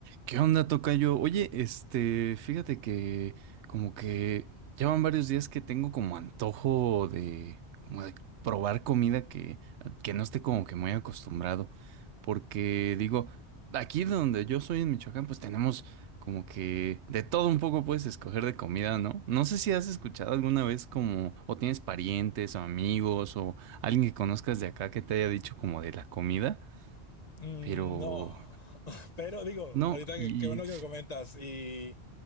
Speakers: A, on the right; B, on the left.
A: ¿Qué onda, tocayo? Oye, este, fíjate que como que llevan varios días que tengo como antojo de como de probar comida que, que no esté como que muy acostumbrado. Porque digo, aquí donde yo soy en Michoacán, pues tenemos como que de todo un poco puedes escoger de comida, ¿no? No sé si has escuchado alguna vez como, o tienes parientes o amigos o alguien que conozcas de acá que te haya dicho como de la comida,
B: Mm,
A: pero
B: No, <laughs> pero digo,
A: no,
B: ahorita
A: y
B: que- qué bueno que me comentas y